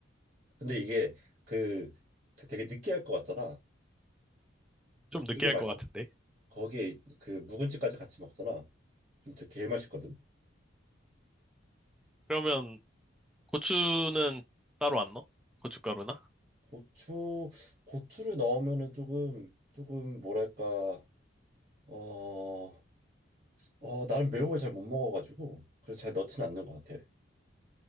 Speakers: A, on the right; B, in the centre.
A: 근데 이게 그, 그 되게 느끼할 것 같잖아. 근데
B: 좀
A: 되게
B: 느끼할
A: 맛있어.
B: 것 같은데.
A: 거기에 이- 그 묵은지까지 같이 먹잖아. 그럼 진짜 개 맛있거든.
B: 그러면 고추는 따로 안 넣어? 고춧가루나?
A: 고추 고추를 넣으면은 조금 조금 뭐랄까 어, 어 나는 매운 걸 잘 못 먹어가지고 그래서 잘 넣진 않는 것 같아.